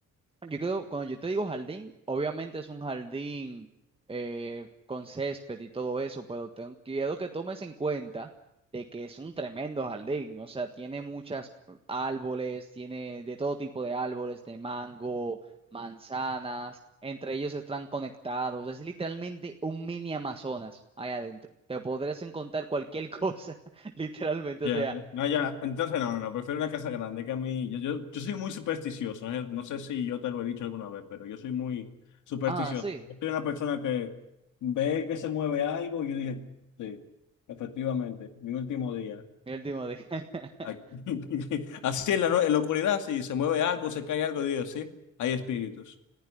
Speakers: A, on the right; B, on the left.
A: Yo creo, cuando yo te digo jardín, obviamente es un jardín eh, con césped y todo eso, pero ten- quiero que tomes en cuenta de que es un tremendo jardín, o sea, tiene muchas árboles, tiene de todo tipo de árboles, de mango, manzanas, entre ellos están conectados, es literalmente un mini Amazonas ahí adentro, te podrás encontrar cualquier cosa, <laughs> literalmente,
B: Ya,
A: o sea,
B: ya. No, ya. Entonces, no, no, no, prefiero una casa grande que a mí. Yo, yo, yo soy muy supersticioso. ¿eh? No sé si yo te lo he dicho alguna vez, pero yo soy muy supersticioso.
A: ah, sí,
B: Yo soy una persona que ve que se mueve algo y yo dije, sí, efectivamente, mi último día.
A: mi último día. <laughs>
B: Aquí. <laughs> Así en la, no- en la oscuridad, si se mueve algo, se cae algo, digo, sí, hay espíritus.